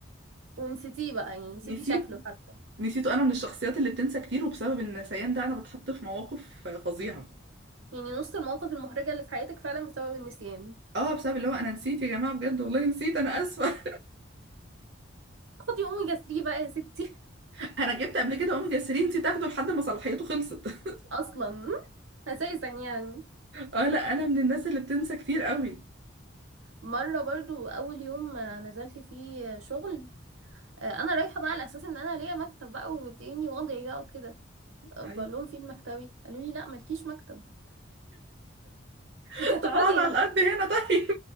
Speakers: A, on the right (about 85°); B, on the right (about 55°).
A: ونسيتيه بقى يعني نسيتي
B: نسيت
A: شكله حتى
B: نسيته انا من الشخصيات اللي بتنسى كتير وبسبب النسيان ده انا بتحط في مواقف فظيعه
A: يعني نص المواقف المحرجة اللي في حياتك فعلا بسبب النسيان
B: اه بسبب اللي هو انا نسيت يا جماعه بجد والله نسيت انا اسفه
A: خدي اوميجا 3 بقى يا ستي
B: <laughs> انا جبت قبل كده اوميجا 3 نسيت اخده لحد ما صلاحيته خلصت
A: <laughs>
B: <laughs>
A: اصلا اساسا يعني
B: اه لا انا من الناس اللي بتنسى كتير قوي
A: مره برضو اول يوم آه، نزلت فيه شغل آه، انا رايحه بقى على اساس ان انا ليا مكتب بقى ومديني وضعي بقى وكده آه،
B: ايوه
A: بقول لهم فين مكتبي قالوا لي لا مالكيش مكتب انت
B: <laughs>
A: هتقعدي
B: طب اقعد على
A: هنا
B: القد هنا طيب